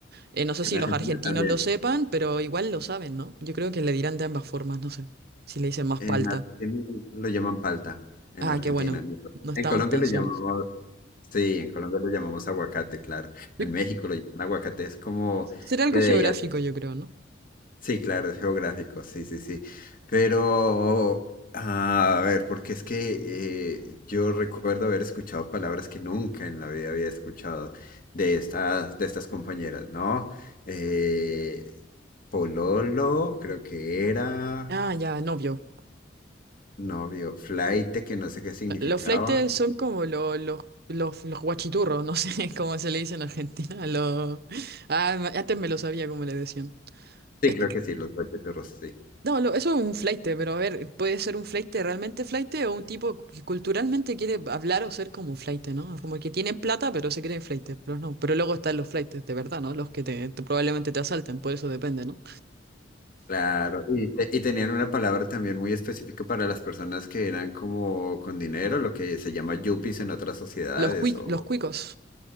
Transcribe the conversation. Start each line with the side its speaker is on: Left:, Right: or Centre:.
Right: Eh, no sé
Left: En
Right: si
Left: Argentina
Right: los argentinos
Left: también.
Right: lo sepan, pero igual lo saben, ¿no? Yo creo que le dirán de ambas formas, no sé. Si le dicen más
Left: En
Right: palta.
Left: Argentina lo llaman palta, en
Right: Ah,
Left: Argentina.
Right: qué bueno.
Left: ¿no?
Right: No estamos
Left: En Colombia
Right: tan
Left: lo
Right: solos.
Left: llamamos, sí, en Colombia lo llamamos aguacate, claro.
Right: Yo-
Left: En México lo llaman aguacate, es como
Right: Será algo
Left: que de
Right: geográfico,
Left: allá,
Right: yo creo, ¿no?
Left: sí, claro, es geográfico, sí, sí, sí. Pero, ah, a ver, porque es que eh, yo recuerdo haber escuchado palabras que nunca en la vida había escuchado de estas, de estas compañeras, ¿no? Eh, pololo, creo que era.
Right: Ah, ya, novio.
Left: Novio, flaite, que no sé qué significaba.
Right: Los flaites son como lo- los, los, los guachiturros, no sé <laughs> cómo se le dice en Argentina. Los... Ah, ma- antes me lo sabía cómo le decían.
Left: Sí,
Right: Es
Left: creo
Right: que, que-
Left: que sí, los guachiturros, sí.
Right: no, lo- eso es un flaite, pero a ver, puede ser un flaite realmente flaite o un tipo que culturalmente quiere hablar o ser como un flaite, ¿no? Como que tienen plata, pero se creen flaites, pero no. Pero luego están los flaites de verdad, ¿no? Los que te, te- probablemente te asalten, por eso depende, ¿no?
Left: Claro. Y, te- y tenían una palabra también muy específica para las personas que eran como con dinero, lo que se llama yuppies en otras sociedades.
Right: Los, cui-
Left: O...
Right: los cuicos.